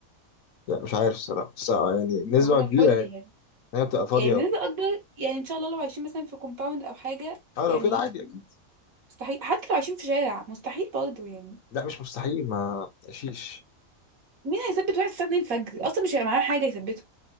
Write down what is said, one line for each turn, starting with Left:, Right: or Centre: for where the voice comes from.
Left: يعني مش عارف الصراحة بس آه، يعني نسبة
Right: صباح الفل
Left: كبيرة يعني
Right: يعني
Left: إن هي بتبقى فاضية
Right: يعني بنسبة
Left: وبتاع
Right: أكبر يعني ان شاء الله لو عايشين مثلا في كومباوند أو حاجة
Left: اه
Right: يعني
Left: لو كده عادي أكيد
Right: مستحيل حتى لو عايشين في شارع مستحيل برضه يعني
Left: لا مش مستحيل ما تقشيش
Right: مين هيثبت واحد الساعة 2 الفجر؟ أصلا مش هيبقى معاه حاجة يثبته